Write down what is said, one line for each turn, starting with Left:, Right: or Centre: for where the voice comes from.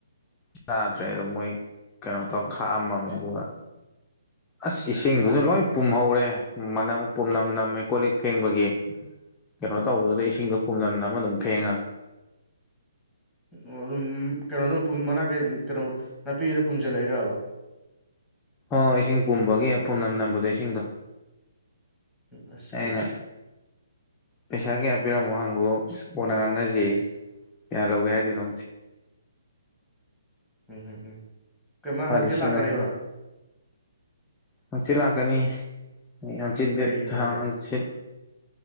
Left: ꯆꯥꯗ꯭ꯔꯦ ꯑꯗ ꯃꯣꯏ ꯀꯩꯅꯣ ꯇꯧꯔ ꯈꯥꯛꯑꯝꯃꯅꯦ ꯑꯗꯨꯒ ꯑꯁ ꯏꯁꯤꯡꯗꯨꯁꯨ ꯂꯣꯏ ꯄꯨꯝꯍꯧꯔꯦ ꯃꯅꯝ ꯄꯨꯝꯅꯝꯅ ꯃꯦꯀꯣ ꯂꯤꯛ ꯐꯦꯡꯕꯒꯤ ꯀꯩꯅꯣ ꯇꯧꯕꯗꯨꯗ ꯏꯁꯤꯡꯗꯣ ꯄꯨꯝꯅꯝꯅ ꯑꯃ ꯑꯗꯨꯝ ꯐꯦꯡꯉꯒꯦ
Centre: ꯑꯣ ꯑꯗꯨꯝ ꯀꯩꯅꯣꯗꯨꯝ ꯃꯅꯥꯛꯀꯩ ꯀꯩꯅꯣ ꯅꯥꯄꯤꯒꯤꯩꯗ ꯄꯨꯨꯝꯁꯤꯜꯂꯛꯏꯗꯕ
Left: ꯍ ꯏꯁꯤꯡ ꯄꯨꯝꯕꯒꯤ ꯄꯨꯨ ꯅꯝ ꯅꯝꯕꯗꯣ ꯏꯁꯤꯡꯗꯣ
Centre: ꯑꯁ ꯐꯖꯔꯦ
Left: ꯑꯏꯩꯅ ꯄꯩꯁꯥ ꯀꯌꯥ ꯄꯤꯔꯝꯃꯣ ꯍꯪꯕꯨ ꯀꯣꯟꯅ ꯉꯥꯡꯅꯖꯩ ꯀꯌꯥ ꯂꯧꯒꯦ ꯍꯥꯏꯗꯣꯏꯅꯣ
Centre: ꯎꯝ ꯎꯝ ꯎꯝ ꯀꯩꯃ ꯍꯪꯆꯤꯠ
Left: ꯂꯤꯁꯤꯡ
Centre: ꯂꯥꯛꯀꯅꯤꯕ
Left: ꯑꯃ ꯍꯪꯆꯤꯠ ꯂꯥꯛꯀꯅꯤ ꯑꯩ ꯍꯪꯆꯤꯠ ꯗꯦꯠ
Centre: ꯀꯩꯒꯤ
Left: ꯊꯥ
Centre: ꯃꯥꯗꯤ
Left: ꯍꯪꯆꯤꯠ